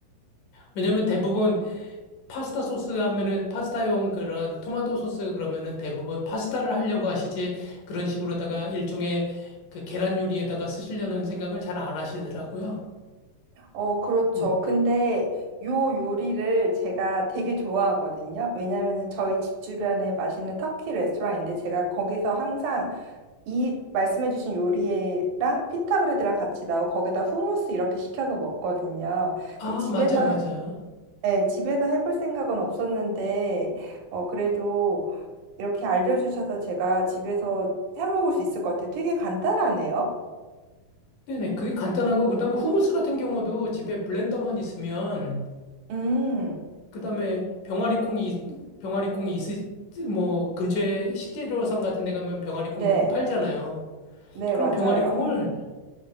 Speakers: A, on the left; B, on the right.
A: 왜냐면 대부분 파스타 소스 하면은 파스타용 그런 토마토 소스 그러면은 대부분 파스타를 하려고 하시지 그런 식으로다가 일종의 그 계란 요리에다가 쓰시려는 생각을 잘 안 하시더라고요.
B: 어, 그렇죠.
A: 음.
B: 근데 요 요리를 제가 되게 좋아하거든요. 왜냐면은 저희 집 주변에 맛있는 터키 레스토랑인데 제가 거기서 항상 이 말씀해주신 요리랑 피타 브레드랑 같이 나오고 거기다 후무스 이렇게 시켜서 먹거든요.
A: 아,
B: 근데 집에서
A: 맞아요, 맞아요.
B: 네, 집에서 해볼 생각은 없었는데, 어, 그래도 이렇게 알려주셔서 제가 집에서 해 먹을 수 있을 것 같아요. 되게 간단하네요.
A: 네네. 그게 간단하고 그다음에 후무스 같은 경우도 집에 블렌더만 있으면
B: 음,
A: 그다음에 병아리콩이 병아리콩이 있으 뭐 근처에 식재료상 같은 데 가면 병아리콩
B: 네,
A: 팔잖아요.
B: 네,
A: 그럼
B: 맞아요.
A: 병아리콩을